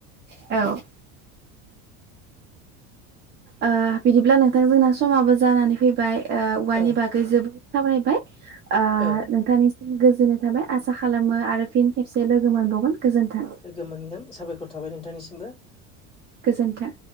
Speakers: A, on the right (about 30°); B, on the left (about 15°).
A: औ ओ बिदिब्ला नोंथां जोंना समाबो जानानै फैबाय ओ औवानि
B: औ
A: बागै जोब सावरायबाय ओ
B: औ
A: नोंथांनिसिम गोजोननाय थाबाय आसा खालामो आरो फिन खेम से लोगो मोनबावगोन। गोजोन्थों
B: लोगो मोनगोन साबायखर थाबाय नोंथांनिसिमबो।
A: गोजोन्थों।